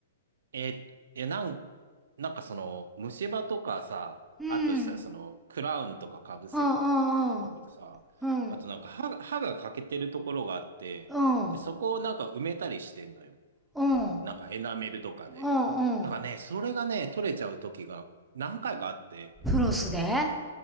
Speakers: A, on the right; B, in the centre.
A: えいやなん、なんかその、虫歯とかさ、
B: うん。
A: あとしたらその、クラウンとかかぶせるとことかでさ、
B: ああああ。うん。
A: あとなんか歯が、歯が欠けてるところがあって、
B: うん。
A: で、そこをなんか埋めたりしてんのよ。
B: うん。
A: なんかエナメルとかで。
B: うん。
A: だからね、
B: うん。
A: それがね、取れちゃう時が何回かあって、
B: フロスで